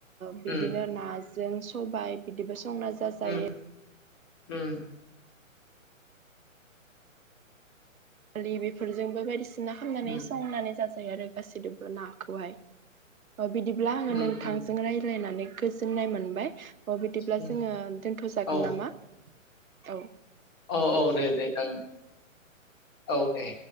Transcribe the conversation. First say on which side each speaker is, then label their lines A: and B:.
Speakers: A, on the right; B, on the left.
A: बिदिनो
B: उम
A: ना जों सबाय बिदिबो संना जाजायो।
B: उम उम।
A: दालि बेफोरजोंबो बायदिसिना ना खालामनानै
B: उम
A: संनानै जाजायो आरो गासैनोबो नाखौहाय बिदिब्ला आङो नोंथांजों
B: उम उम
A: रायज्लायनानै गोजोननाय मोनबाय। अ बिदिब्ला
B: उम
A: जोङो दोनथ'जागोन
B: औ
A: नामा? औ।
B: औ औ दे दे जागोन औ दे।